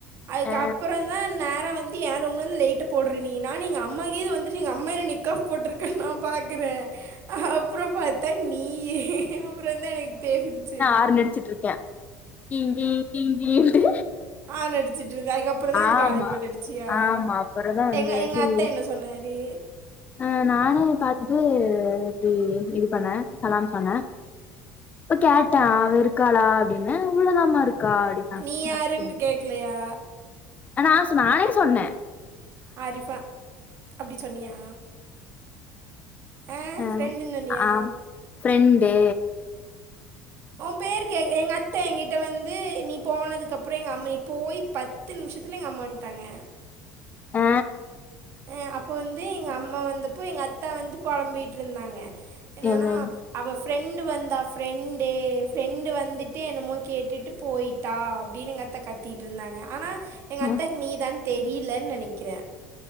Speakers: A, on the right; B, on the left.
A: அதுக்கப்புற
B: அ
A: தா நேரா வந்து ஏ ரூம்லேந்து லைட்டு போட்ற நீ நானு எங்க அம்மாக்கீது வந்துட்டு எங்க என்ன அம்மா என்ன நிக்ஆஃப் போட்ருக்கனா பாக்குறே அப்புற பாத்தா நீயி அப்புறந்தா எனக் தெரிஞ்ச்சு
B: ஆர்ன் அடிச்சிட்ருக்கே கீங் கீங் கீங் கீங்ன்ட்டு
A: ஆன் அடிச்சட்ருந்தே அதுக்கப்புறந்தா அந்த
B: ஆமா
A: காலிங் பெல் அடிச்சியா
B: ஆமா அப்புறந்தா வந்து
A: எங்க எங்க
B: சரி
A: அத்த என்ன சொன்னாரு
B: அ நானு பாத்துட்டு இப்டி இது பண்ண கலாம் சொன்ன இப்ப கேட்ட அவ இருக்காளா அப்டின்னு உள்ளதாம்மா இருக் கா அடின்னா
A: நீ யாருன்னு
B: சேரி
A: கேட்கலையா
B: நா சு நானே சொன்ன
A: ஆரிஃபா அப்டி சொன்னியா ஆ
B: அ
A: ஃப்ரெண்டுன்னு சொன்னியா
B: ஆம் ஃப்ரெண்டு
A: ஓம் பேரு கேக் எங்க அத்த எங்கிட்ட வந்து நீ போனதுகப்புற எங்க அம்மை போயி பத் த்து நிம்ஷத்துல எங் அம்மா வந்ட்டாங்க
B: அ
A: எ அப்ப வந்து எங்க அம்மா வந்தப்போ எங்க அத்த வந்து பொலம்பிட்ருந்தாங்க என்னனா
B: என்னன்
A: அவ ஃப்ரெண்டு வந்தா ஃப்ரெண்டே ஃப்ரெண்டு வந்துட்டு என்னமோ கேட்டுட்டு போயி டா அப்டினு எங்க அத்த கத்திட்ருந்தாங்க ஆனா எங்க அத்தக்
B: அ
A: நீ தான் தெரிலன் நெனக்கிற